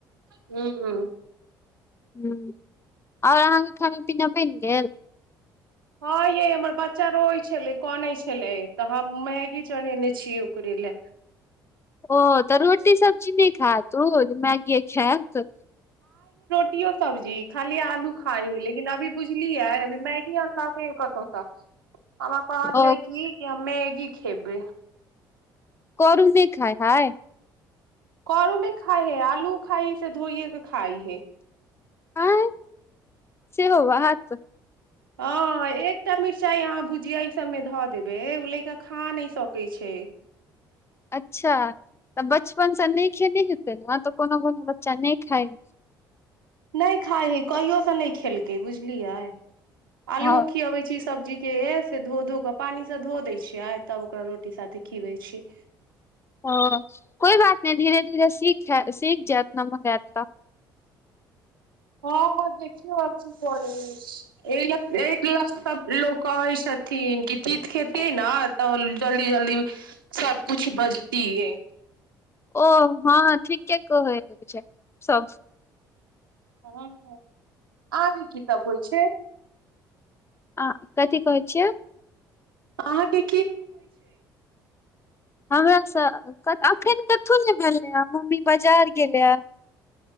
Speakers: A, on the right; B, on the left.
A: हू
B: ह्म आओर अहाँके खाना पीना बनि गेल
A: हँ यै हमर बच्चा रोये छलै कनै छलै तऽ हम मैगी चढ़ेने छीयै ओकरे लए।
B: ओ तऽ रोटी सब्जी ने खात मैगीये खैत
A: यो सब्जी खाली आलू खाइ हय लेकिन अभी बुझलियै अभी मैगी अनल कतहुसँ हमरा कहल
B: ओ
A: के जे कि हम मैगी की खेबै
B: करू नहि खाय हइ
A: करू नहि खाइ हय आलू खाइ हय से धोइए के खाइ हय।
B: आँय सेहो बात
A: हँ एकटा मिर्चाइ अहाँ भुजिया ई सभमे धऽ देबै ओ लएका खा नहि सकै छैय।
B: अच्छा तऽ बचपनसँ नहि खेने हेतै ने तऽ कोनो कोनो बच्चा नहि खाइ
A: नहि खाइ हय कहियोसँ नहि खेलकै बुझलियै आलू
B: हँ
A: खियाबै छीये से सब्जी के से धो धो क पानी से धो दै छियै तब ओकरा रोटी साथे खीबै छी
B: ओ कोइ बात नहि धीरे धीरे सीख सीख जैत ना नमहर हैत त
A: हँ हँ देखियौ आब की करै एहि ल एहि लऽ तऽ सभ लोक कहै छथिन कि चित खेतियै ने तऽ जल्दी जल्दी सभकिछु बजतियै
B: ओ हँ ठीके क कहै छैय सब
A: आहान के की सभ होइ छै
B: आ कथी कहै छियै
A: अहाँके
B: हमर सभ एखन कथहु नेे भेलै ह मम्मी बाजार गेलै